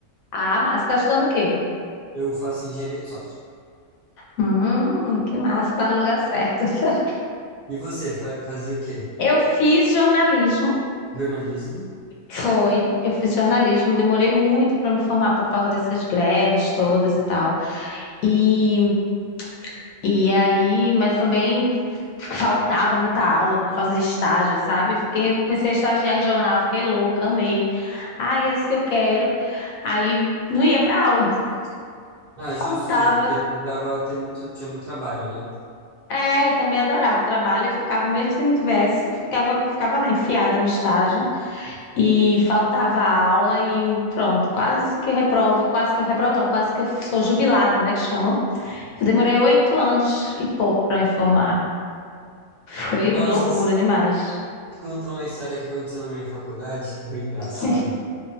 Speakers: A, on the left (about 80°); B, on the right (about 65°).
A: Ah, massa. Tá estudando o quê?
B: Eu faço engenharia de software.
A: Hum, que massa. Tá no lugar certo. <laughs>
B: E você, fa- fazia o quê?
A: Eu fiz jornalismo,
B: Jornalismo?
A: foi. Eu fiz jornalismo, demorei muito para me formar por causa dessas greves todas e tal. E, e aí, mas também faltava muita aula por causa de estágio, sabe? Fiquei, comecei a estagiar em jornal, fiquei louca, amei. Ai, é isso que eu quero. Aí não ia para aula, <laughs>
B: Ah, justo,
A: faltava.
B: justo, porque precisava ter muito, tinha muito trabalho, né?
A: É, e também adorava o trabalho, eu ficava, mesmo se não tivesse, eu ficava, ficava lá enfiada no estágio. E faltava aula e pronto, quase que eu reprovo, quase que eu reprovo, não, quase que eu sou jubilada, né, que chamam. Eu demorei oito anos e pouco para me formar. Foi
B: Nossa,
A: loucura
B: se-
A: demais.
B: te uma história que aconteceu na minha faculdade, que foi engraçado,
A: <laughs>